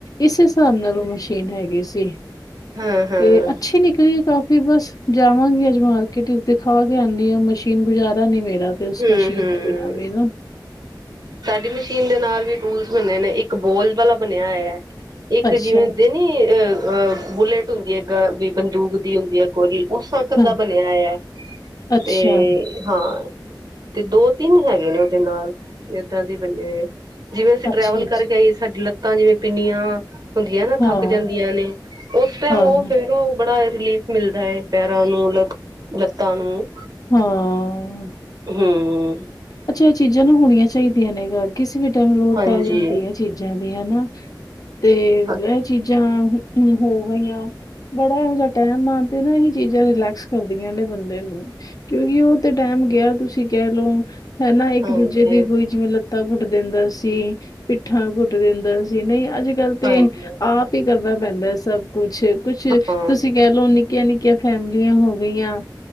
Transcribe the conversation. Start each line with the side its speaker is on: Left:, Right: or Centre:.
Left: ਇਸ ਹਿਸਾਬ,
Right: ਅੱਛਾ
Left: ਨਾਲ ਉਹ ਮਸ਼ ਕਠਿਨ ਹੈਗੀ ਸੀ,
Right: ਹਾਂ ਹਾਂ ਹਮ
Left: ਤੇ ਅੱਛੀ ਨਿਕਲੀ ਹੈ ਕਾਫੀ ਬਸ। ਜਾਵਾਂਗੀ, ਅੱਜ ਮਾਰਕੀਟ ਵਿਚ ਦਿਖਾ ਕੇ ਆਂਦੀ ਆ ਮਸ਼ੀਨ, ਗੁਜ਼ਾਰਾ ਨੀ ਮੇਰਾ। ਤੇ ਇਸ
Right: ਹਮ
Left: ਮਸ਼ੀਨ,
Right: ਹਮ
Left: ਦੇ ਬਿਨਾਂ ਵੀ ਨਾ-
Right: ਸਾਡੀ ਮਸ਼ੀਨ ਦੇ ਨਾਲ ਵੀ, ਟੂਲਸ ਬਨੇ ਇੱਕ ਬੋਲ ਵਾਲਾ ਬਣਿਆ ਹੋਇਆ, ਇੱਕ
Left: ਅੱਛਾ
Right: ਜਿਵੇਂ ਦਿਨ। ਨਹੀਂ ਅ-ਅ ਬੁਲੇਟ ਹੁੰਦੀ ਆ, ਅਗੇ ਬੰਦੂਕ ਵੀ ਹੁੰਦੀ ਹੈ। ਗੋਲੀ, ਉਸ ਵਾਕਣ
Left: ਹਾਂ
Right: ਦਾ ਬਣਿਆ ਹੈ
Left: ਅੱਛਾ
Right: ਤੇ ਤੇ ਹਾਂ, ਦੋ-ਤਿੰਨ ਹੈਗੇ ਨੇ ਉਹਦੇ ਨਾਲ ਏਦਾਂ ਦੇ ਬੰਨੇ ਹੋਏ। ਜਿਵੇਂ ਅਸੀਂ, ਟਰੈਵਲ
Left: ਅੱਛਾ-ਅੱਛਾ
Right: ਕਰਕੇ ਆਈਏ ਸਾਡੀ ਲੱਤਾਂ ਜਿਵੇਂ ਪਿੰਨੀਆਂ ਹੁੰਦੀਆਂ ਨਾ,
Left: ਹਾਂ,
Right: ਥੱਕ ਜਾਂਦੀਆਂ ਨੇ ਉਸ ਟਾਈਮ,
Left: ਹਾਂ,
Right: ਉਹ ਫੇਰ ਬੜਾ ਰਿਲੀਫ਼, ਮਿਲਦਾ ਹੈ ਪੈਰਾਂ ਨੂੰ ਲਤ ਲੱਤਾਂ ਨੂੰ।
Left: ਹਾਂ,
Right: ਹੂੰ
Left: ਅੱਛਾ ਇਹ ਚੀਜ਼ਾਂ ਨਾ ਹੋਣੀਆਂ ਚਾਹੀਦੀਆਂ ਨੇ ਘਰ। ਕਿਸੇ ਵੀ ਟਾਈਮ ਲੋੜ,
Right: ਹਾਂਜੀ
Left: ਪੈ ਜਾਂਦੀ ਹੈ ਚੀਜ਼ਾਂ ਦੀ ਹਨਾ। ਤੇ ਇਹ
Right: ਹਾਂਜੀ
Left: ਚੀਜ਼ਾਂ ਹੁਣ ਹੋ ਗਈਆਂ। ਬੜਾ ਇਹੋ ਜਿਹਾ ਟਾਈਮ ਆ ਜਾਏ, ਇਹੀ ਚੀਜ਼ਾਂ ਰਿਲੈਕਸ ਹੁੰਦੀਆਂ ਨੇ ਬੰਦੇ ਨੂੰ, ਕਿਉਂਕਿ ਉਹ ਤੇ ਟੈਮ ਗਿਆ, ਤੁਸੀਂ ਕਹਿ ਲਓ। ਹੈਨਾ, ਇੱਕ-
Right: ਹਾਂਜੀ
Left: ਦੂਜੇ ਦੀ ਕੋਈ ਜੀਵੇ ਲ ਲਤਾ ਕੁੱਟ ਦਿੰਦਾ ਸੀ, ਪਿੱਠਾਂ ਕੁੱਟ ਦਿੰਦਾ ਸੀ, ਨਈ ਅੱਜ ਪਹਿਲੇ ਤੇ,
Right: ਹਾਂਜੀ
Left: ਆਪ ਈ ਕਰਨਾ ਪੈਂਦਾ, ਸਭ ਕੁਛ- ਕੁਛ ਤੁਸੀਂ
Right: ਹਾਂ
Left: ਤੁਸੀ ਕੈ ਲੋ ਨਿੱਕੀਆਂ ਨਿੱਕੀਆਂ ਫੈਮਲੀਆਂ ਹੋ ਗਈਆਂ